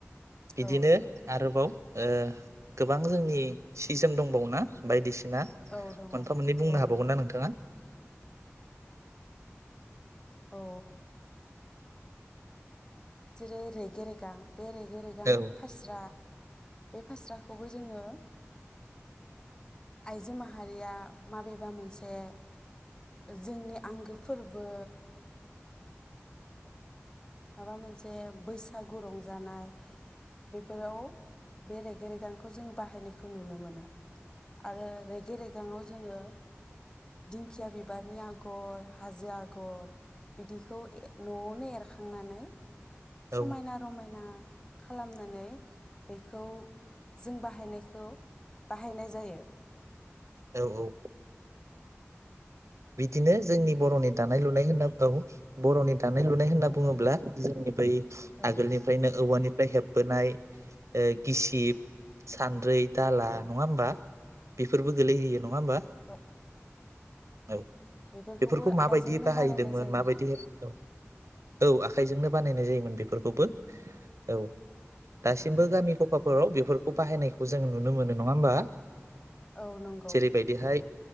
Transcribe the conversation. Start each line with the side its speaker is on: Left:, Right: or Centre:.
Right: बिदिनो
Left: औ नंगौ।
Right: आरोबाव ओह गोबां जोंनि सि जोम दंबावो ना बायदिसि ना मोनफा
Left: औ दङ
Right: मोननै बुंनो
Left: औ
Right: हाबावगोन
Left: दङ
Right: ना नोंथाङा
Left: औ जेरै रेगे रेगां बे रेगे रेगां
Right: औ
Left: फास्रा बे फास्राखौबो जोङो आइजो माहारिया माबेबा मोनसे जोंनि आंगो फोरबो माबा मोनसे बैसागु रं जानाय बेफोराव बे रेगे रेगांखौ जों बाहायनायखौ खौ नुनो मोनो आरो रेगे रेगाङाव जोङो दिंखिया बिबारनि आ गर हाजो आगर, बिदिखौ ए न'आवनो एरखा खांनानै
Right: औ
Left: समायना रमायना खालामनानै बेखौ जों बाहायनायखौ बाहायनाय जायो।
Right: औ औ बिदिनो जोंनि बर'नि दानाय लुनाय होनना औ बर'नि दानाय लुनाय होनना
Left: औ
Right: बुङोब्ला। जोंनि बै
Left: औ
Right: आगोलनिफ्रायनो औवानि फ्राय हेबबोनाय ओ गिसिब, सान्द्रै दाला
Left: औ
Right: नङा होमबा? बेफोरबो गोलैहोयो नङा होमबा?
Left: औ
Right: औ
Left: बेफोरखौबो
Right: बेफोरखौ माबायदि
Left: आखाइजोंनो
Right: बाहायदोंमोन
Left: बानायनाय जायोना
Right: माबायदि औ औ आखाइजोंनो बानायनाय जायोमोन बे फोरखौबो। औ दासिमबो गामि गफाफोराव बेफोरखौ बाहायनायखौ जोङो नुनो मोनो नङा होमबा?
Left: औ नंगौ।
Right: जेरैबायदिहाय